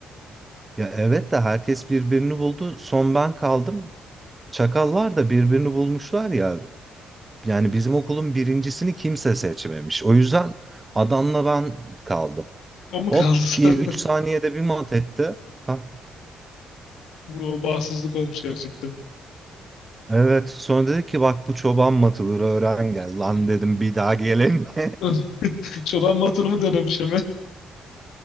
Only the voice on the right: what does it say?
ya evet de herkes birbirini buldu. Son ben kaldım. Çakallar da birbirini bulmuşlar ya. Yani bizim okulun birincisini kimse seçmemiş. O yüzden adamla ben kaldım.
Hop
diye 3 saniyede bir mat etti. Ha,
evet. Sonra dedi ki bak bu çoban matıdır öğren gel. Lan dedim bir daha geleyim. <laughs>